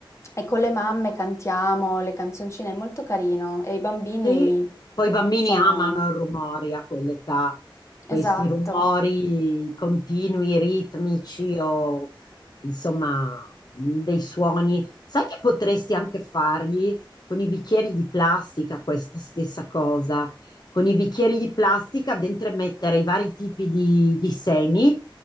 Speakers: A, on the left (about 35°); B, on the left (about 50°).
A: E con le mamme cantiamo le canzoncine, è molto carino. E i bambini
B: Sì. Poi i bambini
A: sono...
B: amano i rumori a quell'età, questi
A: Esatto.
B: rumori continui, ritmici o insomma dei suoni. Sai che potresti anche fargli con i bicchieri di plastica questa stessa cosa? Con i bicchieri di plastica dentro mettere i vari tipi di, di semi